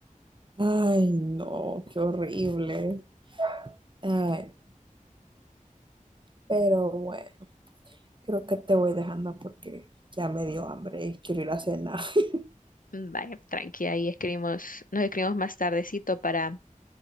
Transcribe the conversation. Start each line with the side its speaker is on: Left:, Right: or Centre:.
Right: Ay, no, qué horrible. Ay, pero bueno. Creo que te voy dejando porque ya me dio hambre y quiero ir a cenar. <laughs>
Left: Mm, Vaya, tranqui, ahí escribimos, nos escribimos más tardecito para